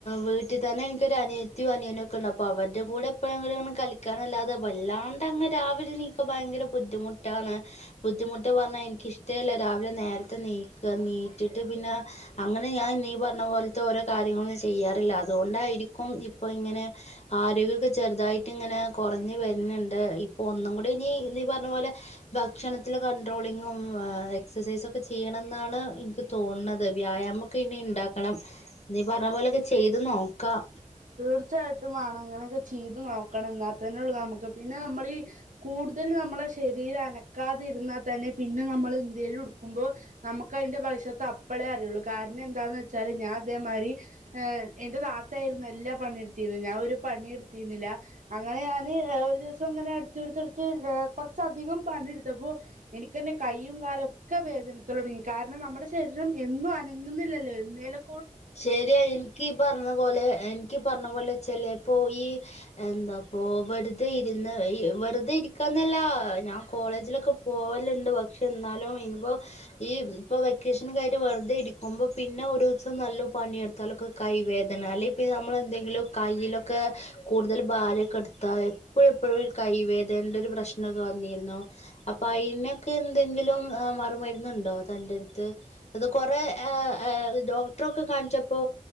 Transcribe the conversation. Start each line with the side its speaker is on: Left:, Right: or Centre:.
Left: വീട്ടി തന്നെ ഇൻക്കൊരനിയത്തിം അനിയനൊക്കെണ്ട് അപ്പൊ അവര്ടെ കൂടെ എപ്പഴെങ്കിലും നമ്മക്ക് കളിക്കാനല്ലാതെ വല്ലാണ്ടങ്ങ് രാവിലെ നീക്ക ഭയങ്കര ബുദ്ധിമുട്ടാണ് ബുദ്ധിമുട്ട് പർഞ്ഞ ന്നെ എനിക്കിഷ്ടവില്ല രാവിലെ നേരത്തെ നീ ക്കാ നീറ്റിട്ട് പിന്നെ അങ്ങനെ ഞാൻ നീ പറഞ്ഞ പോലത്തെ ഓരോ കാര്യങ്ങളൊന്നും ചെയ്യാറില്ല അതുകൊണ്ടായി രിക്കും ഇപ്പോ ഇങ്ങനെ ആരോഗ്യൊക്കെ ചെറുതായിട്ട് ഇങ്ങനെ കൊറഞ്ഞ് വര്ണ് ണ്ട് ഇപ്പോ ഒന്നും <unintelligible> ഇനി നീ പറഞ്ഞപോലെ ഭക്ഷണത്തില് കൺട്രോളിങ്ങും എക്‌സസൈസൊക്കെ ചെയ്യണ ന്നാണ് എനിക്ക് തോന്ന്ണത് വ്യായാമൊക്കെ ഇനി ഇണ്ടാക്കണം നീ പറഞ്ഞ പോലെയൊക്കെ ചെയ്ത് നോക്കാം
Right: തീർച്ചാട്ടും വാണം ഇങ്ങനെയൊക്കെ ചെയ്ത് നോക്കണം എന്നാത്തന്നെ ഉള്ളൂ നമുക്ക് പിന്നെ നമ്മളി ഈ കൂടുതൽ നമ്മള് ശരീരം അനക്കാതിരുന്നാ തന്നെ പിന്നെ നമ്മള് എന്തേലും എടുക്കുമ്പോ നമുക്കതിന്റെ ഭവിഷത്താ അപ്പളേ അറിയുള്ളൂ കാരണം എന്താന്ന് വെച്ചാല് ഞാൻ അതേതിരി ഏഹ് എന്റെ താത്തായി ആയിരുന്നു എല്ലാ പണി എടുത്തിര്ന്നെ ഞാൻ ഒരു പണിയും എടുത്തിരുന്നില്ല അങ്ങനെ ഞാന് ഒരു ദിവസം ഇങ്ങനെ അടുത്തടുത്തടുത്ത് കൊറച്ചധികം പണിയെടുത്തപ്പോ എനിക്കന്നെ കയ്യും കാലുഒക്കെ വേദനിക്കല് തൊടങ്ങി കാരണം ന മ്മടെ ശരീരം എന്നും അനങ്ങുന്നില്ലല്ലോ എന്നേലും
Left: ശരിയാ എനിക്ക് പറഞ്ഞ പോലെ എനിക്ക് പറഞ്ഞ പോലെ ചെലേപ്പോ ഈ എന്താപ്പോ വെറുതെ ഇരുന്ന് ഇ വെറുതെ ഇരിക്കാന്നല്ല ഞാൻ കോളേജിലൊക്കെ പോവല്ണ്ട് പക്ഷെ എന്നാലും ഇനിപ്പോ ഈ <unintelligible> ഇപ്പൊ വെക്കേഷനൊകായിട്ട് വെറ്തെ ഇരിക്കുമ്പോ പിന്നെ ഒരുസം നല്ല പണിയെടുത്താലൊക്കെ കൈ വേദന അല്ലെെ പിന്നെ നമ്മളെന്തെങ്കിലും കയ്യിലൊക്കെ കൂടുതൽ ഭാരക്കെട് ദ എപ്പഴു എപ്പഴും കൈവേദൻ്റൊരു പ്രശ്നം വന്നിരുന്നു. അപ്പൊ അയിനൊക്കെ എന്തെ ങ്കിലും മറുമര്ന്നുണ്ടോ തന്റട്ത്ത് അത് കൊറേ ഏ ഏ ഡോക്ടറ കാണിച്ചപ്പോ